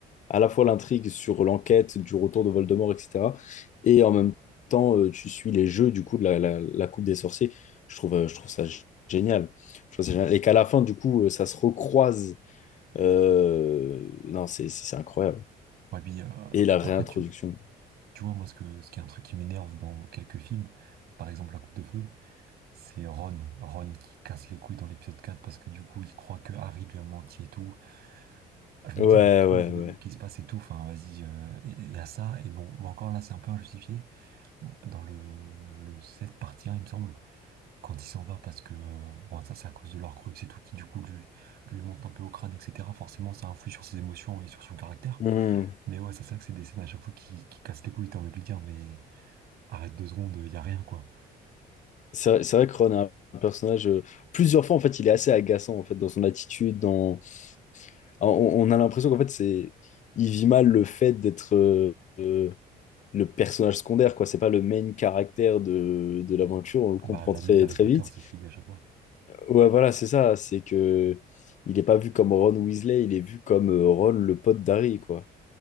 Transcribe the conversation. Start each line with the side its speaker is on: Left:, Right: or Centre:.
Left: À la fois l'intrigue sur l'enquête du retour de Voldemort, etc. Et en même temps, euh, tu suis les jeux, du coup, de la, la, la Coupe des Sorciers. Je trouve, euh, je trouve ça g- génial. Je trouve ça génial. Et qu'à la fin, du coup, euh, ça se recroise. Euh, Non, c'est c'est- c'est incroyable.
Right: Ouais, puis euh,
Left: Et la réintroduction.
Right: après, tu, tu vois, moi, ce que, ce qui est un truc qui m'énerve dans quelques films, par exemple La Coupe de Feu, c'est Ron. Ron qui casse les couilles dans l'épisode 4 parce que du coup, il croit que Harry lui a menti et tout. Ah, Je me
Left: Ouais,
Right: dis avec tous
Left: ouais,
Right: les événements qui se passent et tout, enfin vas-y, euh, il y a ça, et bon, bah encore là c'est un peu injustifié. Dans le, le 7 partie 1, il me semble, quand il s'en va, parce que euh, bon ça c'est à cause de leur crux et tout, qui du coup lui, lui monte un peu au crâne, etc. Forcément ça influe sur ses émotions et sur son caractère.
Left: ouais.
Right: Mais ouais, c'est ça que c'est des scènes à chaque fois qui, qui cassent les couilles, t'as envie de lui dire, mais arrête deux secondes, il y a rien quoi.
Left: C'est vrai c'est vrai que Ron est un un personnage, euh, plusieurs fois, en fait, il est assez agaçant, en fait, dans son attitude, dans... ah, On, on a l'impression qu'en fait, c'est... Il vit mal le fait d'être euh, euh, le personnage secondaire, quoi. C'est pas le main caractère de, de l'aventure, on le comprend
Right: Bah l'ami
Left: très,
Right: d'Harry
Left: très
Right: Potter,
Left: vite.
Right: c'est ce qu'il dit à chaque fois,
Left: Ouais, voilà, c'est ça, c'est que... Il n'est pas vu comme Ron Weasley, il est vu comme euh, Ron, le pote d'Harry, quoi.